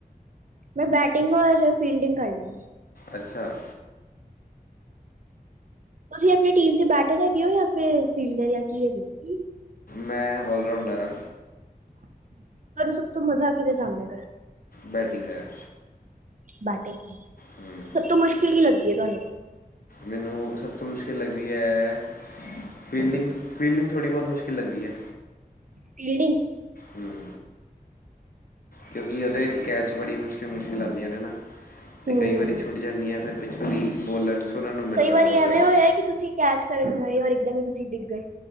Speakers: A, on the right; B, on the left.
A: ਮੈਂ ਬੈਟਿੰਗ ਔਰ ਫੀਲਡਿੰਗ ਕਰ ਦੀ
B: ਅੱਛਾ।
A: ਤੁਸੀਂ ਆਪਣੀ ਟੀਮ ਚ ਬੈਟਰ ਹੈਗੇ ਹੋ, ਜਾਂ ਫਿਰ ਫੀਲਡ ਜਾਂ ਕੀ ਹੈਗੇ ਹੋ?
B: ਮੈਂ ਆਲ ਰਾਊਂਡਰ ਹਾਂ।
A: ਤੁਹਾਨੂੰ ਸਭ ਤੋਂ ਮਜ਼ਾ ਕਿਹਦੇ 'ਚ ਆਉਂਦਾ, ਕਰ
B: ਬੈਟਿੰਗ ਕਰ
A: ਬਾਟੇ
B: ਹੂੰ
A: ਸਭ ਤੋਂ ਮੁਸ਼ਕਿਲ ਕੀ ਲੱਗਦੀ ਹੈ ਤੁਹਾਨੂੰ।
B: ਮੈਨੂੰ ਸਭ ਤੋਂ ਮੁਸ਼ਕਿਲ ਲੱਗਦੀ ਹੈ? ਫੀਲਡਿੰਗਸ -ਫੀਲਡਿੰਗ ਥੋੜ੍ਹੀ ਬਹੁਤ ਮੁਸ਼ਕਿਲ ਲੱਗਦੀ ਹੈ।
A: ਫੀਲਡਿੰਗ
B: ਹਮ ਕਿਉਂਕਿ ਉਹਦੇ ਵਿੱਚ ਕੈਚ ਬੜੀ ਮੁਸ਼ਕਿਲ- ਮੁਸ਼ਕਿਲ ਆਉਂਦੀਆਂ ਨੇ ਨਾ ਤੇ
A: ਹੂੰ
B: ਕਈ ਵਾਰੀ ਛੁੱਟ ਜਾਂਦੀਆਂ ਫਿਰ <inaudible> <inaudible>
A: ਕਈ ਵਾਰੀ
B: ਬਹੁਤ ਜ਼ਿਆਦਾ
A: ਐਵੇਂ ਹੋਇਆ ਕਿ, ਤੁਸੀਂ ਕੈਚ ਕਰਨ ਗਏ ਔਰ ਇਕਦਮ ਹੀ ਤੁਸੀਂ ਡਿੱਗ ਗਏ